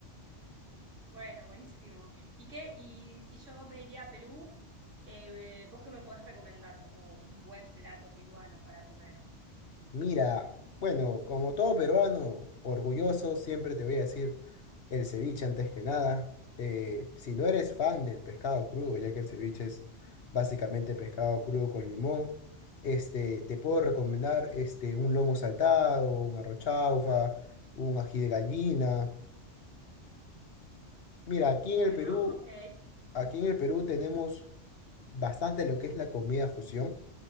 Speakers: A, on the right; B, on the left.
A: Bueno, buenísimo. ¿Y qué? Y si yo me iría a Perú, eh, ¿vos qué me podés recomendar como un buen plato peruano para comer?
B: Mira, bueno, como todo peruano, orgulloso, siempre te voy a decir el ceviche antes que nada. Eh, si no eres fan del pescado crudo, ya que el ceviche es básicamente pescado crudo con limón, este, te puedo recomendar este, un lomo saltado, un arroz chaufa, un ají de gallina. Mira, aquí
A: Bueno,
B: en el Perú,
A: ok,
B: aquí en el Perú tenemos bastante lo que es la comida fusión